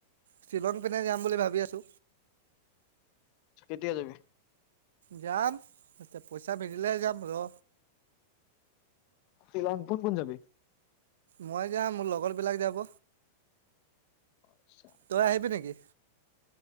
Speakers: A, on the right; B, on the left.
A: শ্বিলং পিনে যাম বুলি ভাবি আছো!
B: কেতিয়া যাবি?
A: যাম পইচা মেৰিলে যাম ৰ
B: শ্বিলং কোন কোন যাবি-
A: মই যা মোৰ লগৰ বিলাক যাব
B: আচ্ছা
A: তই আহিবি নেকি?